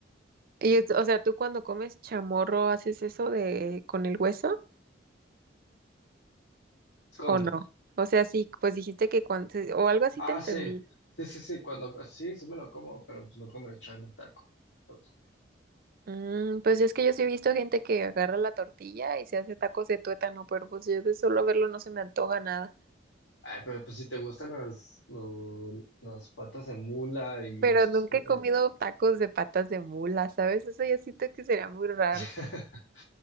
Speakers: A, on the right (about 55°); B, on the left (about 85°).
A: Y, es- o sea, ¿tú cuando comes chamorro haces eso de con el hueso
B: ¿Cómo?
A: o no? O sea, sí, pues dijiste que cuando, o algo así
B: Ah,
A: te entendí.
B: sí, sí, sí, sí, cuando, sí, sí me lo como, pero pues nunca me lo he en un taco. Entonces,
A: Mm, pues es que yo sí he visto gente que agarra la tortilla y se hace tacos de tuétano, pero pues yo de solo verlo no se me antoja nada.
B: ay, pero pues si te gustan las, lo- las patas de mula y
A: Pero
B: los sostenes.
A: nunca he comido tacos de patas de mula, ¿sabes? Eso yo siento que sería muy raro.
B: <laughs>